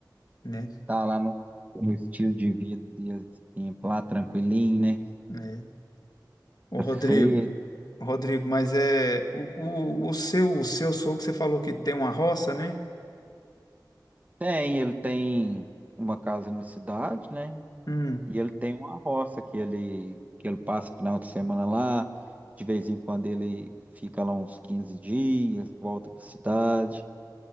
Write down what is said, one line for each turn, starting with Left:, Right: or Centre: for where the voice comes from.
Left: né?
Right: tá lá no, no estilo de vida dele, assim, lá tranquilinho, né?
Left: É. Ô,
Right: Tá
Left: Rodrigo,
Right: Cedo.
Left: Rodrigo, mas é o, o, o seu o seu sogro que você falou que tem uma roça, né?
Right: Tem, ele tem uma casa na cidade, né?
Left: Hum.
Right: E ele tem uma roça que ele, que ele passa o final de semana lá, de vez em quando ele fica lá uns 15 dias, volta pra cidade.